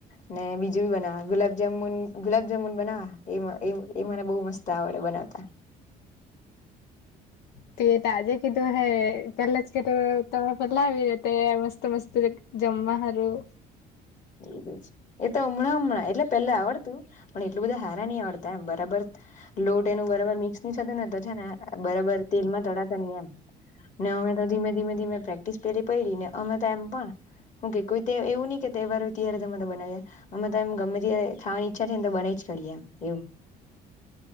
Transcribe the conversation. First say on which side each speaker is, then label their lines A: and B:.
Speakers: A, on the left; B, on the left.
A: અનેને બીજું બી બનાવા ગુલાબજામુન ગુલાબ જુન મુન બનાવા એમને બહુ મસ્ત આવડે બનાવતા
B: ત એ તો આજે કીધું હે પેલા જ કેધું તરે પેલા આવી રતે મસ્ત મસ્ત જમા હારું
A: <inaudible> એ એ તો હમણાં હમણાં એટલે પેલા આવડતું પણ એટલું બધા હારા નહ આવડતા એમ બરાબર લોટ એનું બરાબર મિક્સ નની થતું ને તો છે ને બરાબર તેલમાં તળાતા નહી એમ ને અમે તો ધીમે ધીમે ધીમે પ્રેક્ટિસ પેલી પડી ને અમે તો એમ પણ હું કે કોઈ એવું નહી કે તહેવાર હોય ત્યારે અમે બનાવીએ અમે તો એમ ગમે ત્યારે ખવાનીઈચ્છા છે ને તો બનાવી જ કરીએ એવું